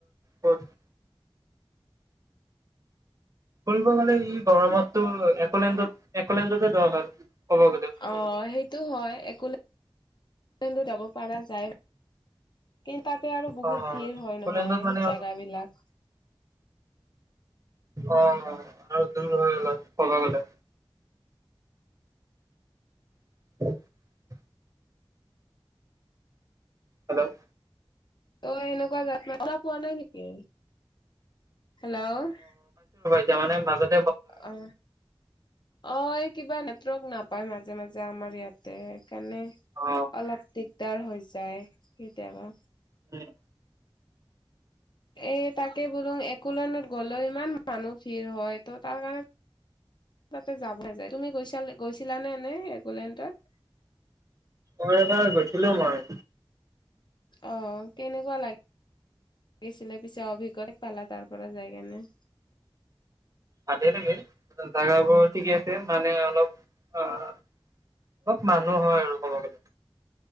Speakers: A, on the right; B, on the left.
A: কত? ফুৰিব গলে এই গৰমতটো একলেণ্ডত-এলেণ্ডতে যোৱা ভাল। ক'ব গ'লে
B: অ, সেইটো হয়। একোলে লেণ্ড যাব পৰা যায়। কিন্তু তাতে আৰু বহুত
A: অ
B: ভিৰ হয়
A: একলেণ্ডত
B: নহয়
A: মানে
B: জাগাবিলাক।
A: অ অ' আৰু দূৰ হয় ক'ব গলে। <inaudible> হেল্ল'।
B: তই এনেকুৱা জেগা নাই পোৱা নাই নেকি? হেল্ল'।
A: তাৰমানে মাজত
B: আ, অ' এই কিবা নেটৱৰ্ক নাপায় মাজে যা আমাৰ ইয়াতে। সেইকাৰণে
A: অ
B: অলপ দিগদাৰ হৈ যায় কেতিয়াবা।
A: উম।
B: এই তাকে বোলো এক'লেণ্ড গ'লেও ইমান মানুহ ভিৰ হয় ত' তাৰ কাৰণে তাতে যাবহে যায়। তুমি গৈ-গৈছিলানে এনে একোলেণ্ডত?
A: মই এবাৰ গৈছিলোঁ মই।
B: অ' কেনেকুৱা লাগে? লাগিছিলে পিছে, অভিজ্ঞটা পালা তাৰ পৰা যায় কেনে?
A: ভালে লাগে জাগাবোৰ, ঠিকে আছে। মানে অলপ আহ অলপ মানুহ হয় আৰু ক'ব গলে।